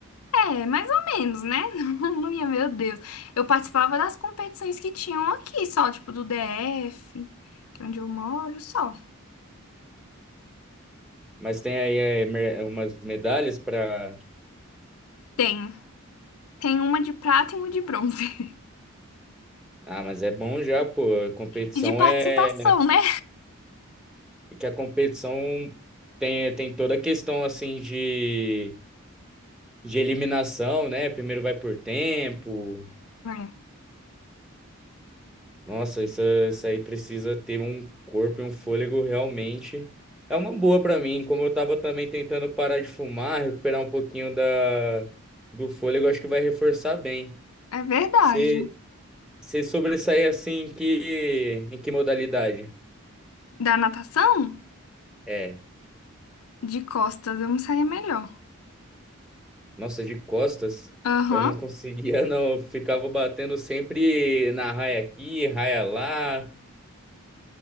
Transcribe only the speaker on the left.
É, mais ou menos, né? <laughs> Não ia, meu Deus. Eu participava das competições que tinham aqui, só, tipo, do DF, que é onde eu moro, só.
Tem. Tem uma de prata e uma de bronze. <laughs>
E de participação,
né?
É,
é verdade.
Da natação,
de costas, eu me saía melhor.
Aham.